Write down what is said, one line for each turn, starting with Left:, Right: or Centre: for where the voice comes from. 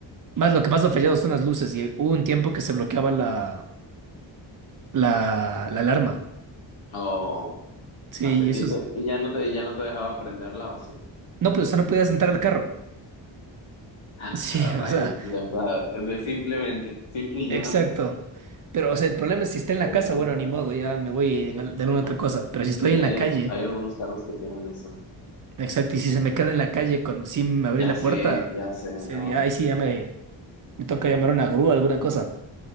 Right: más lo que más ha fallado son las luces, y hubo un tiempo que se bloqueaba la, la, la alarma.
Left: Oh,
Right: Sí,
Left: así.
Right: y
Left: ¿Y,
Right: eso
Left: te-
Right: es,
Left: y ya no te, y ya no te dejaba aprenderla, ¿o sí?
Right: no, pues, o sea, no podías entrar al carro.
Left: <laughs>
Right: Sí,
Left: A rayos.
Right: <laughs> o sea,
Left: De, pa- de simplemente, simple y
Right: exacto.
Left: llanamente
Right: Pero, o sea, el problema es si está en la
Left: te vas
Right: casa,
Left: a entrar.
Right: bueno, ni modo, ya me voy
Left: Sí, qué,
Right: en al- de alguna
Left: qué mal.
Right: otra cosa. Pero si estoy
Left: Sí,
Right: en
Left: hay,
Right: la
Left: algu-
Right: calle,
Left: hay algunos carros que tienen eso.
Right: exacto, y si se me queda en la calle con, sin abrir
Left: Ya
Right: la puerta,
Left: sé, ya sé,
Right: se-
Left: no.
Right: ya, ahí sí ya me, me toca llamar a una grúa, alguna cosa.